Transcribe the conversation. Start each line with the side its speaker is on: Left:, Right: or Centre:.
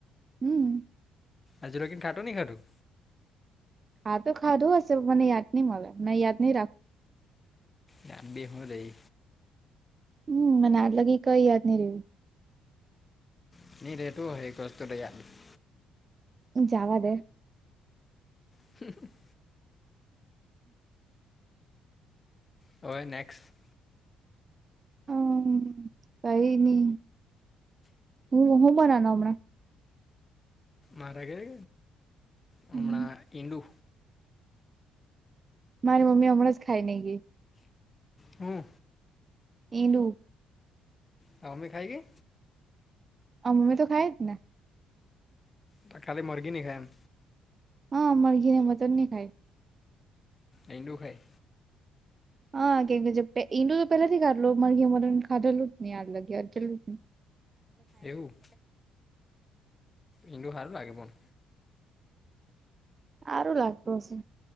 Right: હમ.
Left: હજુ લગી ખાટું નઈ ખાધું.
Right: હા તો ખાધું હશે મને યાદ નહી મળે મને યાદ નહી રાખું.
Left: ગામ બેહું રહી.
Right: હમ મને આટલા લગી કઈ યાદ નહી રહ્યું.
Left: <unintelligible>
Right: હ જાવા દે.
Left: <unintelligible> હવે નેક્સ્ટ.
Right: હમ! કઈ નહી હું હું બનાનું હમણાં.
Left: મારા ઘરે હમણાં
Right: હમ
Left: ઈંડુ.
Right: મારી મમ્મી હમણાં જ ખાઈ ને ગઈ.
Left: હમ.
Right: ઈંડુ.
Left: હા! અમે ખાઈએ.
Right: અમે તો ખાય જ ને.
Left: તો કાલી મરગી ની ખાય એમ.
Right: હા મરઘી ને મટન નહી ખાય.
Left: ઈંડુ ખાઈ
Right: હા કેમ કે તો પે ઈંડુ તો પેલાથી ખાધલુ મરઘી મટન ખાધેલું જ નહી હ આ લગી જ ન.
Left: એવું ઈંડુ હારું લાગે પણ.
Right: સારું લાગતું હશે